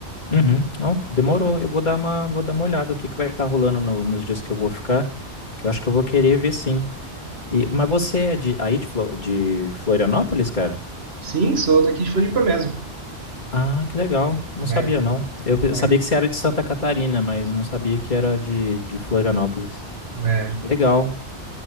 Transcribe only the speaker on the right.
Sim, sou daqui de Floripa mesmo.
né?
É,
é.